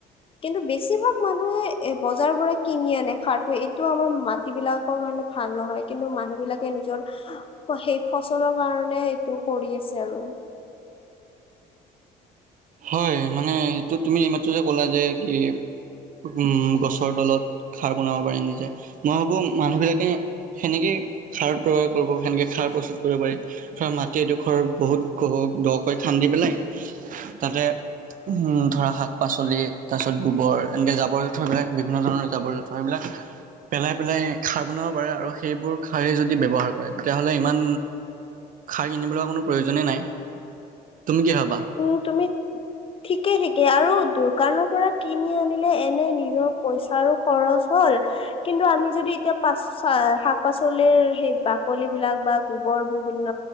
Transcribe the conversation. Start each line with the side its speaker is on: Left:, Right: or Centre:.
Left: কিন্তু বেছিভাগ মানুহে এ বজাৰৰ পৰা কিনি আনে সাৰটো, এইটো আমাৰ মাটিবিলাকৰ কাৰণে ভাল নহয়, কিন্তু মানুহ বিলাকে নিজৰ সেই ফচলৰ কাৰণে এইটো কৰি আছে আৰু।
Right: হয়, মানে এইটো তুমি এইমাত্ৰ যে ক'লা, যে কি উম, গছৰ তলত খাৰ বনাব পাৰি নিজে, মই ভাবোঁ মানুহবিলাকে সেনেকেই খাৰ ত্ৰয় কৰিব সেনেকে খাৰ প্ৰস্তুত কৰিব পাৰি, ধৰা, মাটি এডোখৰ বহুত দহ দকৈ খান্দি পেলাই তাতে হুম, ধৰা শাক পাচলি তাৰপিছত গোবৰ এনেকে জাবৰ-জোঁথৰবিলাক বিভিন্ন ধৰণৰ জাবৰ-জোঁথৰ সেইবিলাক পেলাই-পেলাই খাৰ বনাব পাৰে আৰু সেইবোৰ খাৰেই যদি ব্যৱহাৰ কৰে তেতিয়াহ'লে ইমান খাৰ কিনিবলৈ কোনো প্ৰয়োজনেই নাই, তুমি কি ভাবা?
Left: উম, তুমি ঠিকে, ঠিকে আৰু দোকানৰ পৰা কিনি আনি নে এনে নিজৰ পইচ তাৰো খৰচ হ'ল, কিন্তু আমি যদি এতিয়া পাচ এ শাক- পাচলিৰ সেই বাকলিবিলাক বা গোবৰ বিভিন্ন,